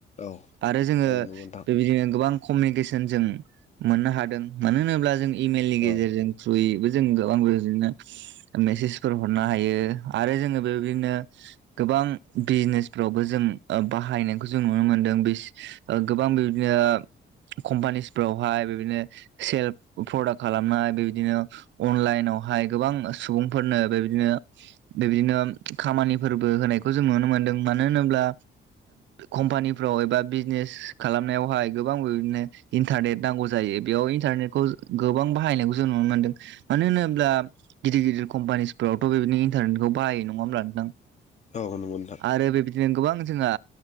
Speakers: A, on the left; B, on the right.
A: औ
B: आरो जोंङो
A: औ नंगौ नोंथां
B: बेबायदिनो गोबां कमनिबेसेन जों मोननो हादों मानो होनोब्ला जों इमेलनि गेजेरजों
A: औ
B: थ्रुयै जों गोबां बेबादिनो मेसेजफोर हरनो हायो आरो जोङो बेबायदिनो गोबां बिजनेसफोरावबो जों उह बाहायनायखौ जों नुनो मोनदों बिस ओ गोबां बिदिनो कम्पानिसफ्रावहाय बेबादिनो सेल प्रदाक्ट खालामनाय बेबादिनो अनलाइनावहाय गोबां सुबुंफोरनो बेबायदिनो बेबदिनो खामानिफोरबो होनायखौ जों नुनो मोनदों मानो होनोब्ला कम्पानिफ्राव एबा बिजनेस खालामनायावहाय गोबां बिबायदिनो इन्टारनेट नांगौ जायो बेयाव इन्टारनेट खौ गोबां बाहायनायखौ जों नुनो मोनदों। मानो होनोब्ला गिदिर गिदिर कम्पानिसफोरावथ' बेदिनो इन्टारनेटखौ बाहायो नंङा होमब्ला नोंथां
A: औ नंगौ नोंथां
B: आरो बेबायदिनो गोबां जोंहा